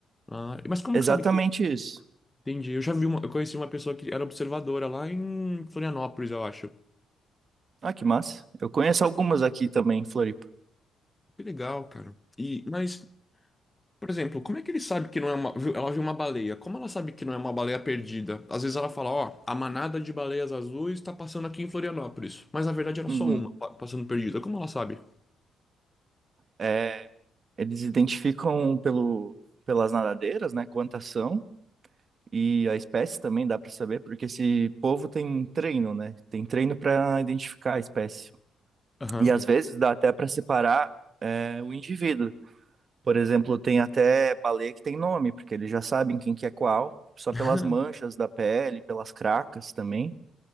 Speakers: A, on the left; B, on the right.
A: Ah, mas como
B: exatamente
A: que sabe que é?
B: isso.
A: Entendi. Eu já vi uma, eu conheci uma pessoa que era observadora lá em Florianópolis, eu acho.
B: Ah, que massa. Eu conheço
A: Mas,
B: algumas aqui também em Floripa.
A: que legal, cara. E, mas, por exemplo, como é que ele sabe que não é uma. viu- Ela viu uma baleia. Como ela sabe que não é uma baleia perdida? Às vezes ela fala, ó, a manada de baleias azuis tá passando aqui em Florianópolis. Mas na verdade era
B: Uhum.
A: só uma pa- passando perdida. Como ela sabe?
B: É, eles identificam pelo, pelas nadadeiras, né, quantas são, e a espécie também dá para saber, porque esse povo tem treino, né? Tem treino para identificar a espécie.
A: Aham.
B: E às vezes dá até para separar é o indivíduo. Por exemplo, tem até baleia que tem nome, porque eles já sabem quem que é qual, só
A: <laughs>
B: pelas manchas da pele, pelas cracas também.